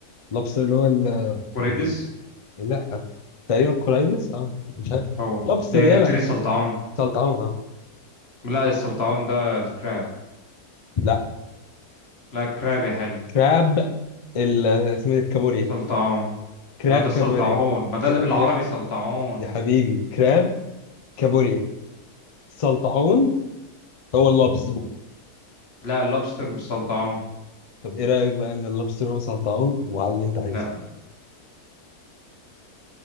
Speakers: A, on the left; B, on the left.
A: لوبستر اللي هو ال
B: كوريدس
A: ال- لا تقريبا كورايزس أه مش عارف
B: هو
A: لوبستر
B: لان
A: يلا
B: التاني سلطعون
A: سلطعون أه
B: لا السلطعون ده الكراب
A: لا
B: لا الكراب يا حلو
A: كراب ال اسمه إيه؟ الكابوريا
B: سلطعون
A: كراب
B: ما ده
A: كابوريا
B: السلطعون ما ده
A: ك-
B: اللي بالعربي
A: كراب
B: سلطعون
A: يا حبيبي كراب كابوريا سلطعون هو اللوبستر
B: لا اللوبستر مش سلطعون
A: طب ايه رأيك بقى ان اللوبستر هو سلطعون وعلى اللي انت
B: لا
A: عايزه